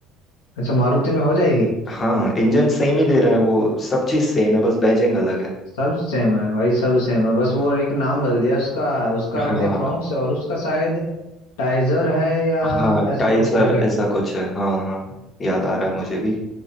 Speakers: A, on the left; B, on the left.
A: अच्छा मारुति में हो जाएगी
B: हाँ इंजन सेम ही दे रहा है वो सब चीज सेम है बस बैजिंग अलग है
A: सब सेम है भाई सब सेम है बस वो एक नाम बदल दिया उसका उसका
B: हाँ
A: रख दिया फ्रोंक्स और उसका शायद टाइजर है या
B: हाँ
A: ऐसा
B: टाइसर
A: कुछ करके
B: ऐसा कुछ है हाँ हाँ याद आ रहा है मुझे भी